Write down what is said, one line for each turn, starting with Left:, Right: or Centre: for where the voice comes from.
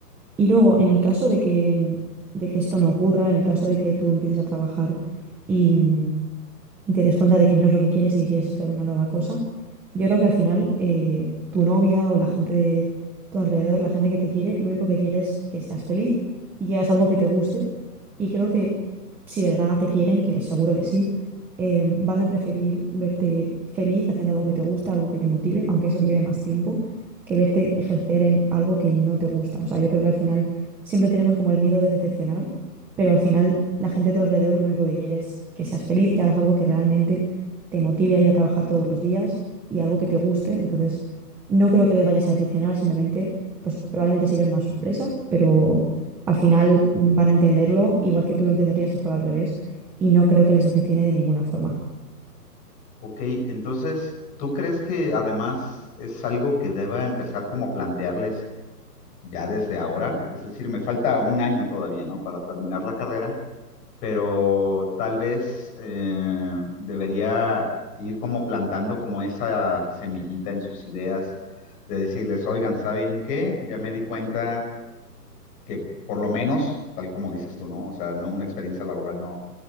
Centre: Y luego, en el caso de que, de que esto no ocurra, en el caso de que tú empieces a trabajar y, mm, y te des cuenta de que no es lo que quieres y que quieres estudiar una nueva cosa, yo creo que al final eh, tu novia o la gente de tu alrededor, la gente que te quiere, lo único que quiere es que seas feliz y que hagas algo que te guste. Y creo que si de verdad te quieren, que seguro que sí, eh, van a preferir verte feliz haciendo algo que te gusta, algo que te motive, aunque eso lleve más tiempo, que verte ejercer en algo que no te gusta. O sea, yo creo que al final siempre tenemos como el miedo de decepcionar pero al final la gente a tu alrededor lo único que quiere es que seas feliz, que hagas algo que realmente te motive a ir a trabajar todos los días y algo que te guste. Entonces, no creo que les vayas a decepcionar, simplemente, pues probablemente se lleven más sorpresa, pero al final mm, van a entenderlo igual que tú lo entenderías si fuera al revés y no creo que les decepcione de ninguna forma.
Left: Ok, entonces, ¿tú crees que además es algo que deba empezar como a plantearles ya desde ahora? Es decir, me falta un año todavía, ¿no? Para terminar la carrera. pero tal vez eh, debería ir como plantando como esa semillita en sus ideas de decirles, oigan, ¿saben qué? Ya me di cuenta que por lo menos, tal como dices tú, ¿no? O sea, no, una experiencia laboral no